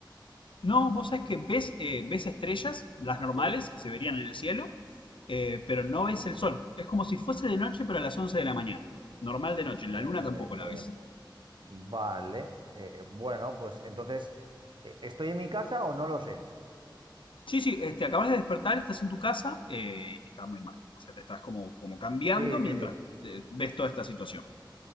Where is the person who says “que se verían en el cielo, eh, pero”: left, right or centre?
Left